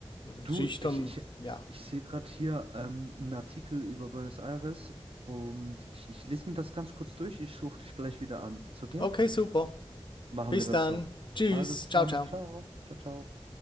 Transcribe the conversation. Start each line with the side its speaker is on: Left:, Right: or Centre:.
Right: Du,
Left: schüchtern,
Right: ich, ich,
Left: ja.
Right: ich sehe gerade hier ähm, einen Artikel über Buenos Aires und ich, ich lese mir das ganz kurz durch. Ich rufe dich gleich wieder an. Ist okay?
Left: Okay, super.
Right: Machen
Left: Bis
Right: wir das
Left: dann.
Right: so.
Left: Tschüss.
Right: Also bis
Left: Ciao,
Right: dann.
Left: ciao.
Right: Ciao. Ciao, ciao.